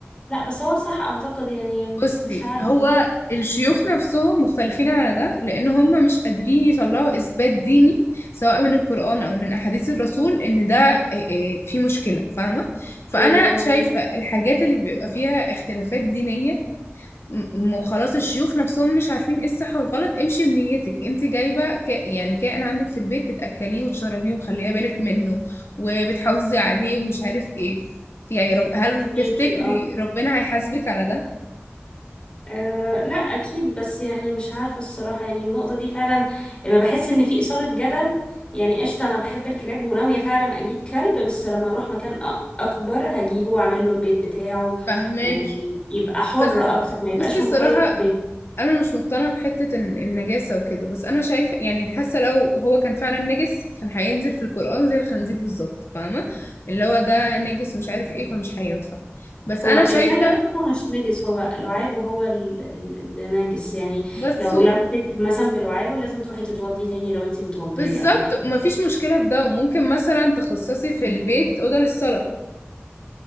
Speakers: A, on the left; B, on the left.
A: لا بس هو صح اعتقد يعني
B: بصي
A: مش عارفة
B: هو الشيوخ نفسهم مختلفين على ده لان هم مش قادرين يطلعوا اثبات ديني سواء من القرآن او من احاديث الرسول ان ده إيه إيه في مشكلة فاهمة فانا
A: ايوه فاهمك
B: شايفة الحاجات اللي بيبقى فيها اختلافات دينية م- م- خلاص الشيوخ نفسهم مش عارفين ايه الصح والغلط امشي بنيتك انت جايبة ك... يعني كائن عندك في البيت بتأكليه وتشربيه ومخليه بالك منه وبتحافظي عليه ومش عارف ايه يعني رب... هل
A: ماكي
B: تفتكري
A: اه
B: ربنا هيحاسبك على ده
A: آه، لا اكيد بس يعني مش عارفه الصراحه يعني النقطه دي فعلا لما بحس ان في اثاره جدل يعني قشطه انا بحب الكلاب وناويه فعلا اجيب كلب بس لما اروح مكان أ- اكبر هجيبه واعمل له البيت بتاعه
B: فهماك
A: ويبقى حر
B: بس
A: اكتر ما يبقاش
B: بصي الصراحة
A: مقيد في بيت
B: أنا مش مقتنعة بحتة ال- النجاسة وكده بس أنا شايفة يعني حاسة لو هو كان فعلا نجس كان هينزل في القرآن زي الخنزير بالظبط فاهمة اللي هو ده نجس مش عارف ايه فمش هينفع بس
A: هو
B: أنا شايفة
A: الكلب نفسه مش نجس هو لعابه هو ال- ال- اللي نجس يعني
B: بس
A: لو لمسك مثلا بلعابه لازم تروحي تتوضي تاني لو انتي متوضيه
B: بالظبط
A: قبل كده
B: ومفيش مشكلة في ده ممكن مثلا تخصصي في البيت أوضة للصلاة